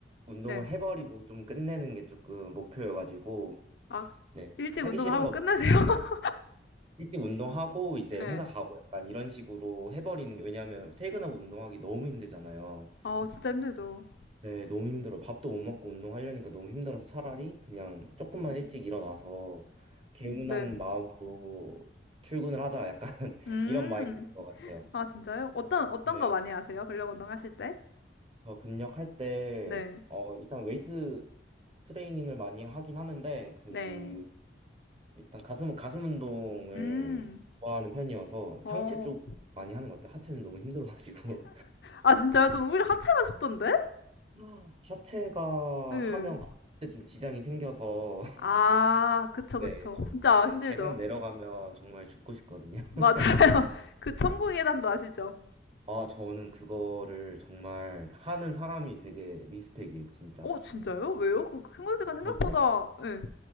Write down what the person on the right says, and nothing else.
운동을
해버리고 좀 끝내는 게 조금 목표여가지고
네
하기
싫은
것부터
일찍 운동하고 이제
회사 가고 약간 이런 식으로 해버리는 게 왜냐하면 퇴근하고 운동하기 너무 힘들잖아요.
네, 너무 힘들어. 밥도 못 먹고 운동하려니까 너무 힘들어서 차라리 그냥 조금만 일찍 일어나서 개운한
마음으로 출근을 하자. 약간 <laughs>
이런 마인드인 것 같아요.
네.
저 근력할 때,
어, 일단 웨이트 트레이닝을 많이 하긴 하는데, 그,
일단 가슴, 가슴 운동을
좋아하는 편이어서 상체
쪽 많이 하는 것 같아요. 하체는 너무 힘들어가지고.
<laughs> 하체가
하면 걷을 때 좀 지장이 생겨서
네,
거-
네,
계단 내려가면 정말 죽고 싶거든요.
<laughs>
아, 저는 그거를 정말 하는 사람이 되게 리스펙이에요, 진짜.
저, 통-